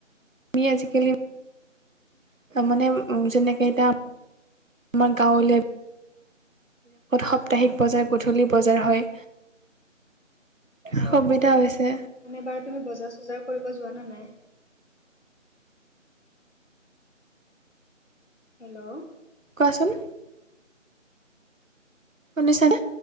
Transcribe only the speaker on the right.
তুমিয়ে আজিকালি মানে যেনেকে এতিয়া আমাৰ গাঁৱলৈ সাপ্তাহিক বজাৰ গধূলি বজাৰ হয়।
সুবিধা হৈছে।
কোৱাচোন। শুনিছানে?